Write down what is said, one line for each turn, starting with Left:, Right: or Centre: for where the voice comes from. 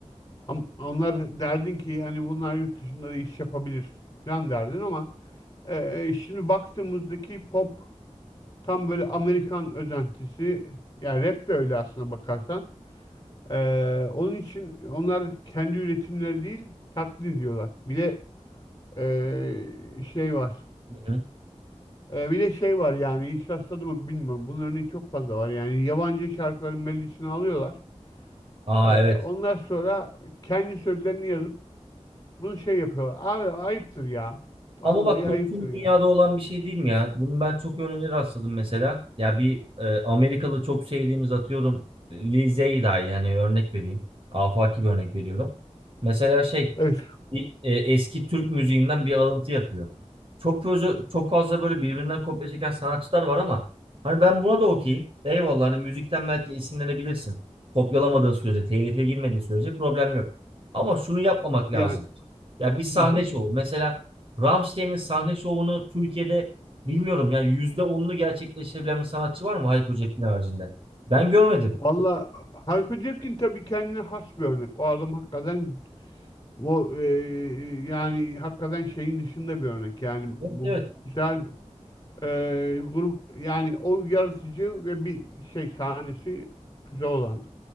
Left: Ama onlar derdin ki hani bunlar yurt dışında da iş yapabilir falan derdin ama e, e, şimdi baktığımızdaki pop Tam böyle Amerikan özentisi. Yani rap de öyle aslına bakarsan. Ee, onun için onlar kendi üretimleri değil taklit ediyorlar. Bir de ee, şey var.
Right: Hı hı.
Left: Ee, bir de şey var yani hiç rastladı mı bilmiyorum. Bunların örneği çok fazla var. Yani yabancı şarkıların melodisini alıyorlar.
Right: Aa
Left: Ee,
Right: evet.
Left: ondan sonra kendi sözlerini yazıp bunu şey yapıyorlar. Abi ayıptır ya. Vallahi
Right: Ama bak bu
Left: ayıptır
Right: tüm dünyada
Left: yani.
Right: olan bir şey değil mi ya? Bunu ben çok örneğine rastladım mesela. Ya bir e, Amerikalı çok sevdiğimiz atıyorum Lil Zey dahi yani örnek vereyim. Afaki bir örnek veriyorum. Mesela şey
Left: Evet.
Right: bir, e, eski Türk müziğinden bir alıntı yapıyor. Çok fazla çok fazla böyle birbirinden kopya çeken sanatçılar var ama hani ben buna da okeyim. Eyvallah hani müzikten belki esinlenebilirsin. Kopyalamadığın sürece, telife girmediği sürece problem yok. Ama şunu yapmamak
Left: Yani
Right: lazım. Ya bir sahne
Left: hı hı.
Right: şovu. Mesela Rammstein'in sahne şovunu Türkiye'de bilmiyorum yani yüzde onunu gerçekleştirebilen bir sanatçı var mı Hayko Cepkin haricinde? Ben görmedim.
Left: Valla Hayko Cepkin tabii kendine has bir örnek. O adam hakikaten Bu e, yani hakikaten şeyin dışında bir örnek. Yani bu
Right: Evet evet.
Left: güzel bir e, grup yani o yaratıcı ve bir şey sahnesi güzel olan